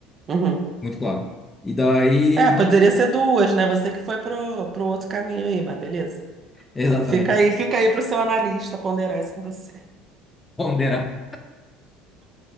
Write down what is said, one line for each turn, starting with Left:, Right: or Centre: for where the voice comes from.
Right: Uhum.
Left: Muito claro. E daí,
Right: É, poderia ser duas, né? Você que foi pro, pro outro caminho aí, mas beleza.
Left: <laughs> exatamente.
Right: Fica aí, fica aí pro seu analista ponderar isso com você.
Left: Ponderar.